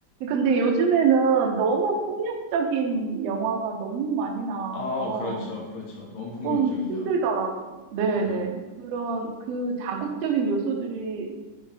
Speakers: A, on the right; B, on the left.
A: 근데 요즘에는 너무 폭력적인 영화가 너무 많이 나와서
B: 아, 그렇죠. 그렇죠. 너무 폭력적이죠.
A: 조금 힘들더라고요. 네,
B: 네.
A: 네. 그런, 그 자극적인 요소들이